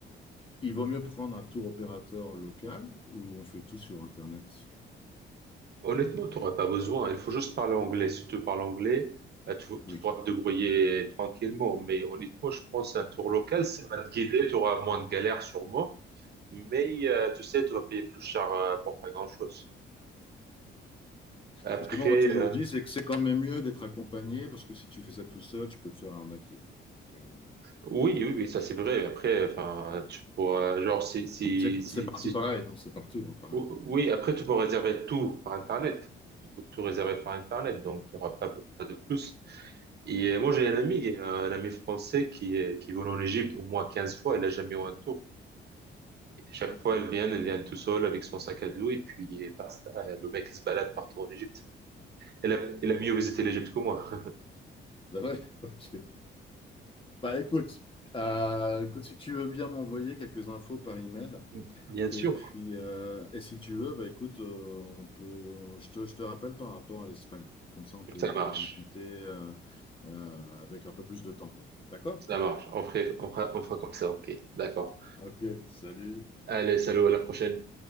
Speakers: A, on the left (about 25°); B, on the right (about 55°).
A: il vaut mieux prendre un tour opérateur local ou on fait tout sur Internet?
B: Honnêtement, tu n'auras pas besoin. Il faut juste parler anglais. Si tu parles anglais, euh, tu,
A: Oui.
B: tu pourras te débrouiller tranquillement. Mais honnêtement, je pense un tour local, ça va te guider. Tu auras moins de galères sûrement. Mais euh, tu sais, tu vas payer plus cher euh, pour pas grand-chose. Après,
A: Parce que moi, on m'a toujours
B: euh,
A: dit, c'est que c'est quand même mieux d'être accompagné, parce que si tu fais ça tout seul, tu peux te faire arnaquer. Donc, euh,
B: Oui, oui, oui, ça c'est vrai. Après, enfin, tu pourras, genre, si, si,
A: c'est
B: si,
A: c'est partout
B: si-
A: pareil, hein, c'est partout hein, pareil.
B: ou- oui, après, tu peux réserver tout par Internet. Tu peux tout réserver par Internet, donc il n'y aura pas, pas de plus. Et euh, moi, j'ai un ami, euh, un ami français qui, est- qui vole en Égypte au moins 15 fois. Elle n'a jamais eu un tour. Et chaque
A: D'accord.
B: fois, elle vient, elle vient tout seule avec son sac à dos et puis basta. Le mec, il se balade partout en Égypte. Elle a, elle a mieux visité l'Égypte que moi.
A: Ah ouais, <laughs> ok. Bah écoute, euh, écoute, si tu veux bien m'envoyer quelques infos par email,
B: <laughs> Bien sûr.
A: et puis euh, et si tu veux, bah écoute, euh, on peut, je te, je te rappelle par rapport à l'Espagne. Comme ça, on peut,
B: Ça
A: on
B: marche.
A: peut discuter euh, euh, avec un peu plus de temps, quoi. D'accord?
B: Ça marche. On ferait, on fera, on fera comme ça. OK. D'accord.
A: Ok, salut.
B: Allez, salut, à la prochaine.